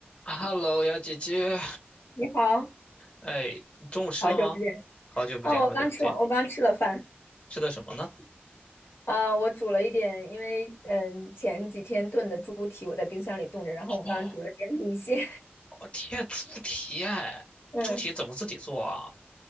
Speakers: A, on the left (about 30°); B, on the left (about 75°).
A: Hello，呀姐姐，
B: 你好，
A: 哎，你中午吃了吗？
B: 好久不见。
A: 好久不见，
B: 哦，
A: 好久不见，
B: 我刚吃完，我刚吃了饭。
A: 吃的什么呢？
B: 啊、我煮了一点，因为嗯前几天炖的猪蹄我在冰箱里冻着，然后我刚煮了点米线，
A: 哦，天，猪蹄哎，
B: <laughs> 嗯，
A: 猪蹄怎么自己做啊？